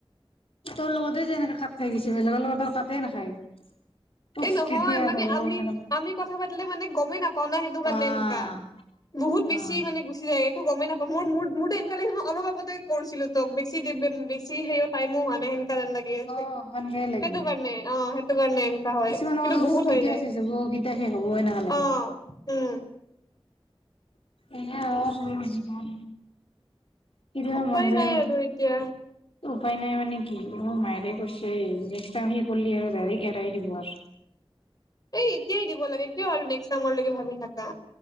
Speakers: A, on the left (about 75°); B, on the left (about 40°).
A: তোৰ লগতে যে এনেকে কাঠ খাই গৈছে, বেলেগৰ লগতোৰ কাতেই নাখায়। উফ
B: এ নহয়
A: কেতিয়া
B: মানে
A: হ'ব
B: আমি
A: এনেকা
B: আমি কথা পাতিলে মানে গমেই নাপাও না সেইটো কাৰণে
A: অ'
B: তে এনেকা। বহুত বেছি
A: অ'
B: মানে গুচি যায় একো গমেই নাপাওঁ মোৰ মোৰ মোৰ দে এন এনেকা লাগিছে মই অলপ আগ অলপতে কৰিছিলো তোক বেছি বেছি সেইয় টাইমো হোৱা নাই হেন কাৰণ লাগি আছে,
A: অ' সেনকাই লাগে
B: সেইটো কাৰণে অ সেইটো কাৰণে হয়
A: কিছুমানৰ
B: কিন্তু বহুত
A: কেতিয়া
B: হৈ যায়
A: চেস্ হব কেতিয়া শেষ হব এনেকুৱা লাগে।
B: অ উম।
A: এই এ হওঁক সৰু জীৱন। কেতিয়াবা
B: উপায়
A: মন যায়
B: নাই আৰু এতিয়া
A: উপায় নাই মানে কি অ মায়ে কৈছে নেক্স টাই শেষ হলি আৰু ডাইৰেক্ এয়াত দিব আৰ।
B: এই এতিয়াই দিব লাগে কিয় আৰু নেক্স টাইমৰ লৈকে ভাবি থাকা।